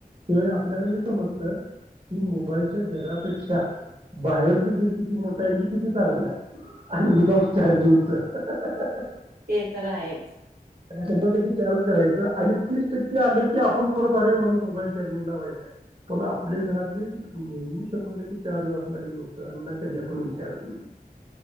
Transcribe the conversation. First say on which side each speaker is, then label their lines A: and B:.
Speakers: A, on the right; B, on the right.
A: त्यावेळी आपल्याला हे समजत हि मोबाईलच्या जगापेक्षा बाहेरच जे किती मोठं आहे ते किती चांगलं आहे आणि उदाऊट चार्जिंग तर <unintelligible>
B: ते तर आहेच
A: त्या शंभर टक्के चार्ज करायचं आणि तीस टक्के आले की आपण परत अरे माझ मोबाईल चार्जिंगला व्हायचांय पण आपल्या घरात नेहमी शंभर टक्के चार्ज असणारी लोक यांना कधी आपण विचारत नाही